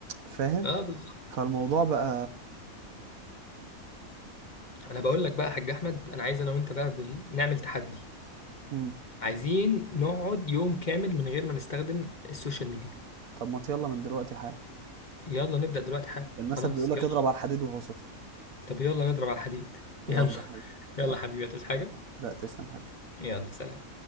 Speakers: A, on the right; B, on the left.
A: فاهم
B: اه بالظبط
A: فالموضوع بقى
B: انا بقول لك بقى يا حاج احمد انا عايز انا وانت بقى بال... نعمل تحدي
A: مم.
B: عايزين نقعد يوم كامل من غير ما نستخدم السوشيال ميديا
A: طب ما يلا من دلوقتي حالا
B: يلا نبدأ دلوقتي حالا
A: المثل
B: خلاص
A: بيقول لك
B: يلا
A: اضرب على الحديد وهو سخن
B: طب يلا نضرب على الحديد
A: يلا
B: يلا <laughs>
A: حبيبي
B: يلا
A: يلا
B: حبيبي هتعوز حاجة
A: لا تسلم حبيبي
B: يلا سلام